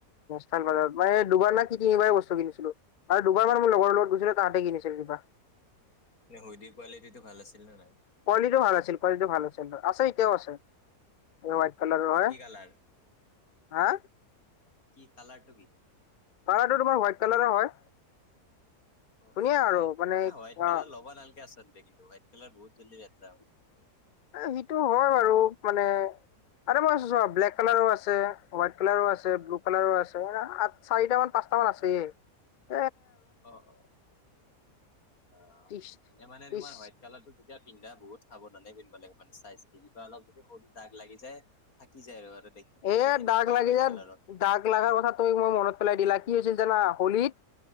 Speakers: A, on the left (about 85°); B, on the left (about 60°).
A: চাল পত মানে দুবাৰ না কি তিনিবাৰেই বস্তু কিনিছিলো আৰু দুবাৰ মমান মোৰ লগৰ লগত গৈছিলো তাহতে কিনিছিল কিবা
B: নে হুইদিৰ কোৱালিটিটো ভাল আছিল নে নাই?
A: কোৱলিতো ভাল আছিল কোৱালিটো ভাল আছিল আছে ইতিয়াও আছে বাইট কলাৰ
B: অ'
A: হয়
B: কি কালাৰ
A: হা
B: কি কালাৰটো কি
A: কালাৰটো তোমাৰ হোৱাইট কালাৰ হয়
B: অ
A: ধুনীয়া
B: অ হোৱাইট
A: আৰু মানে অ
B: কালাৰ ল'ব নালগে আছে কিন্তু হোৱাইট কালাৰ বহুত জল্দি লেতেৰা হৈ যাই
A: এ সিটো হয় বাৰু মানে আৰু মই চ ব্লেক কালাৰো আছে হোৱাইট কালাৰো আছে
B: অ
A: ব্লু কালাৰো আছে আ চাৰিটা মান পাঁচটা মান আছে
B: অ অ আচ্া
A: ত্ৰিশ
B: এনে মানে
A: ত্ৰিশ
B: তোমাৰ হোৱাইট কালাৰটো তেতিয়া পিন্ধা বহুত সাৱধানে পিন্ধব লাগে মানে চাই চিতি কিবা অলপ যদি সৰুটো দাগ লাগি যায় থাকি যায় আৰু দেখি
A: এ
B: নেদেখি না
A: দাগ
B: ভাল
A: লাগি
B: হোৱাইট
A: যে
B: কালাৰত।
A: দাগ লাৰ কথা তুমি মই মনত পেলাই দিলা কি হৈছিল জানা হলিত